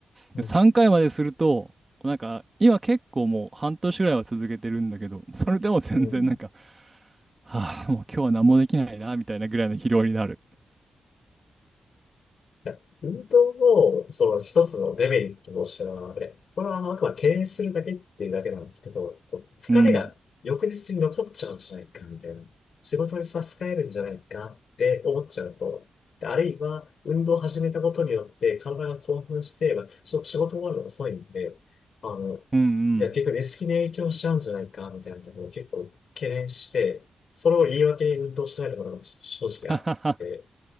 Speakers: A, on the left (about 65°); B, on the right (about 20°).
A: うん、
B: で、3回まですると、なんか今結構もう半年ぐらいは続けてるんだけど、それでも全然なんか、
A: うん。
B: はあ、もう今日は何もできないな、みたいなぐらいの疲労になる。
A: いや運動を、その一つのデメリットとしては、でこれはあの、あくまで敬遠するだけっていうだけなんですけど、こう疲れが翌日に残っちゃうんじゃないか、
B: うん。
A: みたいな。仕事に差し支えるんじゃないかって思っちゃうと、で、あるいは、運動を始めたことによって体が興奮して、まあし仕事終わるのが遅いんで、あの、
B: うんうん。
A: いや、結局寝つきに影響しちゃうんじゃないか、みたいなところを結構懸念して、それを言い訳に運動しないところが正直あって、
B: <laughs>